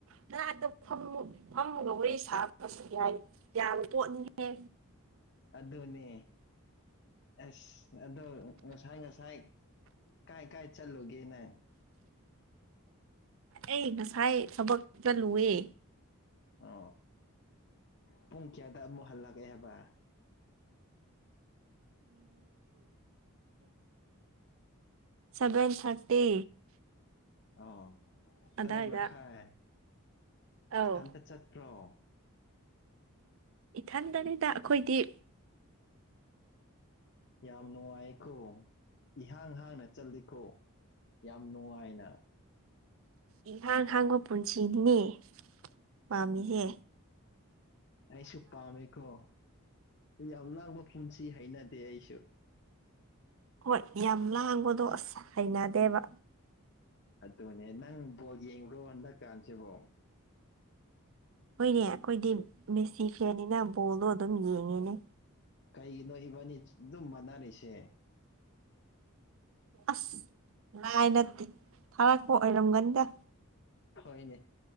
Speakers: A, on the right (about 65°); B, on the left (about 50°).
A: ꯉꯅꯥꯛꯇ ꯐꯝꯃ ꯐꯝꯃꯨꯒ ꯍꯣꯔꯩ ꯁꯥꯁꯨ ꯌꯥꯏ ꯌꯥꯕ ꯄꯣꯠꯅꯤꯍꯦ
B: ꯑꯗꯨꯅꯦ ꯑꯁ ꯑꯗꯣ ꯉꯁꯥꯏ ꯉꯁꯥꯏ ꯀꯥꯏ ꯀꯥꯏ ꯆꯜꯂꯨꯒꯦ ꯅ
A: ꯑꯩ ꯉꯁꯥꯏ ꯊꯕꯛ ꯆꯠꯂꯨꯑꯦ
B: ꯑ ꯄꯨꯡ ꯀꯌꯥꯗ ꯑꯃꯨꯛ ꯍꯜꯂꯛꯀꯦ ꯍꯥꯏꯕ
A: ꯁꯚꯦꯟ ꯊꯥꯔꯇꯤ
B: ꯑ
A: ꯑꯗꯥꯏꯗ
B: ꯇꯔꯦꯠ ꯃꯈꯥꯏ
A: ꯑꯧ
B: ꯃꯊꯟꯇ ꯆꯠꯇ꯭ꯔꯣ
A: ꯏꯊꯟꯗꯕꯤꯗ ꯑꯩꯈꯣꯏꯗꯤ
B: ꯌꯥꯝ ꯅꯨꯡꯉꯥꯏꯀꯣ ꯏꯍꯥꯡ ꯍꯥꯡꯅ ꯆꯠꯂꯤꯈꯣ ꯌꯥꯝ ꯅꯨꯡꯉꯥꯏꯅ
A: ꯏꯟꯈꯥꯡ ꯍꯥꯡꯕ ꯄꯨꯟꯁꯤꯅꯤꯅꯦ ꯄꯥꯝꯃꯤꯍꯦ
B: ꯑꯩꯁꯨ ꯄꯥꯝꯃꯦꯀꯣ ꯌꯥꯝ ꯂꯥꯡꯕ ꯄꯨꯟꯁꯤ ꯍꯩꯅꯗꯦ ꯑꯩꯁꯨ
A: ꯍꯣꯏ ꯌꯥꯝ ꯂꯥꯡꯕꯗꯣ ꯑꯁ ꯍꯩꯅꯗꯦꯕ
B: ꯑꯗꯨꯅꯦ ꯅꯪ ꯕꯣꯜ ꯌꯦꯡꯕ꯭ꯔꯣ ꯍꯟꯗꯛ ꯀꯥꯟꯁꯤꯕꯣ
A: ꯍꯣꯏꯅꯦ ꯑꯩꯈꯣꯏꯗꯤ ꯃꯦꯁꯤꯐꯤꯌꯥꯅꯤꯅ ꯕꯣꯜꯗꯣ ꯑꯗꯨꯝ ꯌꯦꯡꯉꯦꯅꯦ
B: ꯀꯩꯒꯤꯅꯣ ꯏꯕꯥꯅꯤ ꯑꯗꯨꯝ ꯃꯥꯟꯅꯔꯤꯁꯦ
A: ꯑꯁ ꯂꯥꯏ ꯅꯠꯇꯦ ꯊꯥꯔꯛꯄ ꯑꯣꯏꯔꯝꯒꯅꯤꯗ
B: ꯍꯣꯏꯅꯦ